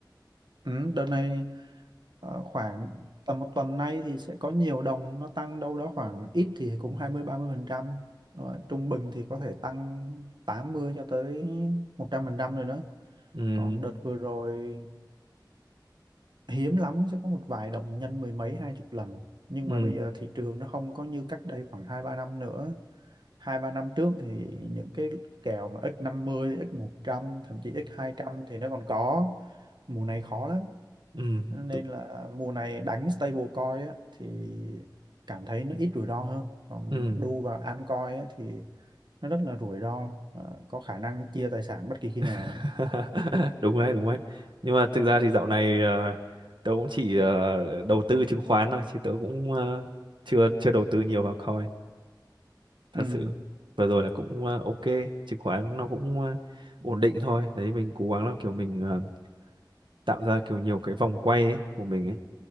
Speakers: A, on the right (about 70°); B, on the right (about 80°).
A: Ừ. Đợt này ờ, khoảng tầm một tuần nay thì sẽ có nhiều đồng nó tăng đâu đó khoảng ít thì cũng hai mươi ba mươi phần trăm rồi trung bình thì có thể tăng tám mươi cho tới một trăm phần trăm rồi đó
B: ừ
A: còn đợt vừa rồi hiếm lắm sẽ có một vài đồng nhân mười mấy hai chục lần nhưng
B: ừ
A: mà bây giờ thị trường nó không có như cách đây khoảng hai ba năm nữa hai ba năm trước thì những cái kèo mà x 50 x 100 thậm chí x 200 thì nó còn có mùa này khó lắm
B: ừ
A: nên
B: tự-
A: là mùa này đánh stablecoin á, thì cảm thấy nó ít rủi ro hơn còn
B: ừ
A: đu vào altcoin á, thì nó rất là rủi ro Ờ, có khả năng chia tài sản bất kỳ khi nào
B: <laughs> đúng đấy đúng đấy nhưng mà thực ra thì dạo này ờ, tớ cũng chỉ ờ, đầu tư chứng khoán thôi chứ tớ cũng ờ, chưa chưa đầu tư nhiều vào coin thật
A: ừ,
B: sự vừa rồi là cũng ờ, ok chứng khoán nó cũng ờ, ổn định thôi đấy mình cố gắng là kiểu mình ờ, tạo ra kiểu nhiều cái vòng quay ấy, của mình ấy